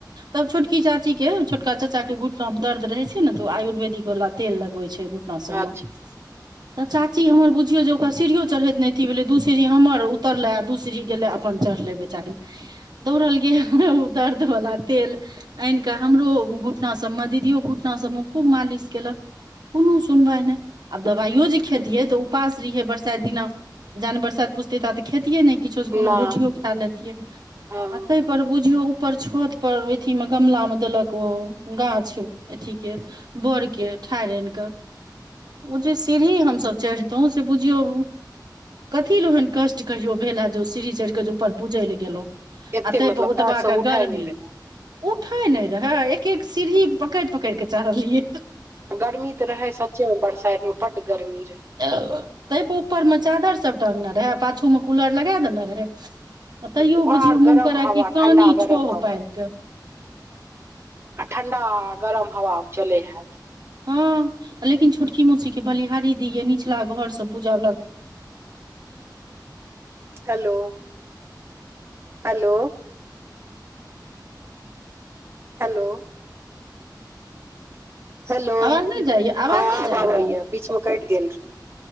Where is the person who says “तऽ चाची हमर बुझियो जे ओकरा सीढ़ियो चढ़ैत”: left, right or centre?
Right